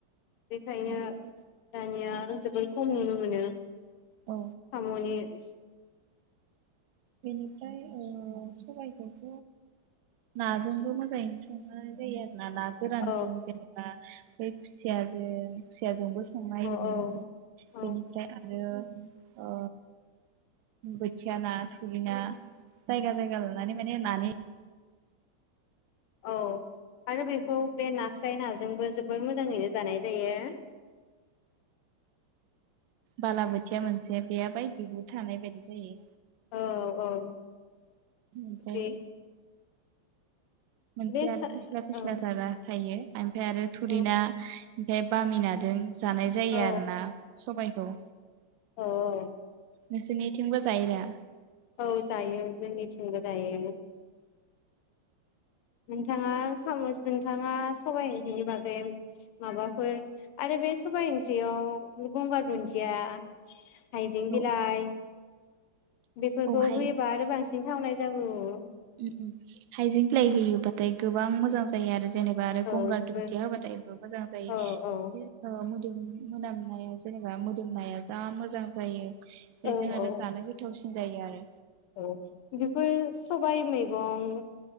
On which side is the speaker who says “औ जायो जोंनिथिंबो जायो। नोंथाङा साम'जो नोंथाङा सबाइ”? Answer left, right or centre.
Left